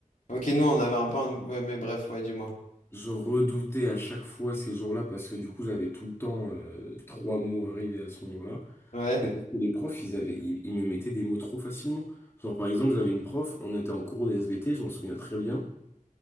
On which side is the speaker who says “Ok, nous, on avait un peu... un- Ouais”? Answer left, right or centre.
Left